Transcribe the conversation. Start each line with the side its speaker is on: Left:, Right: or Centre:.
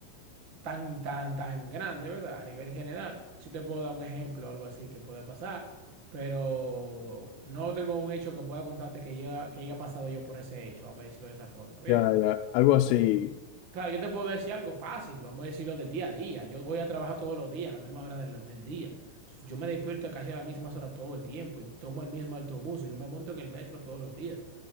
Right: tan, tan, tan grande, ¿verdad? A nivel general. Sí te puedo dar un ejemplo o algo así que puede pasar, pero no tengo un hecho que pueda contarte que, haya- que haya pasado yo por ese hecho, vamos a decirlo de esa forma. Bien.
Left: Ya, ya, algo así.
Right: Claro, yo te puedo decir algo fácil, vamos a decirlo del día a día. Yo voy a trabajar todos los días, a la misma hora del, del día. Yo me despierto casi a las mismas horas todo el tiempo y tomo el mismo autobús. Yo me monto en el metro todos los días.